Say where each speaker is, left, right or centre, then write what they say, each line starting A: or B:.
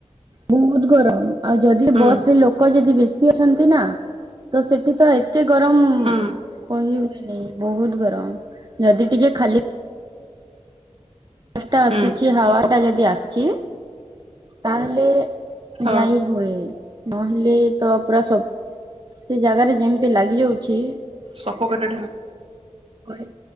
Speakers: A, on the right (about 35°); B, on the right (about 55°).
A: ବହୁତ ଗରମ ଆଉ ଯଦି
B: ହୁଁ
A: ବସ ରେ ଲୋକ ଯଦି ବେଶୀ ଅଛନ୍ତି ନା ତ ସେଠି ତ ଏତେ ଗରମ
B: ହୁଁ
A: କହି ହୁଏନିଁ। ବହୁତ ଗରମ। ଯଦି ଟିକେ ଖାଲି ଟା ଆସୁଛି
B: ହୁଁ
A: ହାୱା ଟା ଯଦି ଆସୁଛି ତାହେଲେ
B: ହଁ।
A: ଯାଇ ହୁଏ। ନହେଲେ ତ ପୁରା ସବ ସେ ଜାଗାରେ ଯେମିତି ଲାଗି ଯାଉଛି କଡେଇ
B: ସଫୋକେଟେଡ୍